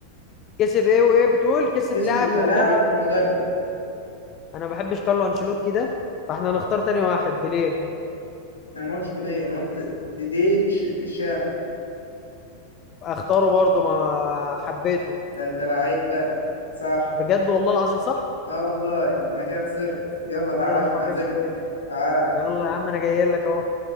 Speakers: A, on the left; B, on the left.
A: كسب ايه وايه بتقول كسب
B: كسبه
A: لاعب
B: كلاعب
A: ومدرب
B: ومدرب
A: انا ما بحبش كارلو انشيلوتي ده فاحنا هنختار تاني واحد بيليه
B: أنا ما قلتش بليه أنا قلت ديدي تش- تشام
A: اختاره برضه ما حبيته
B: ده انت لعيب بقى صح
A: بجد والله العظيم صح
B: اه والله انا كده خسرت يلا تعالى
A: يا
B: عشان
A: نهار
B: اعزمك
A: اسود
B: تعال
A: يلا يا عم انا جاي لك اهو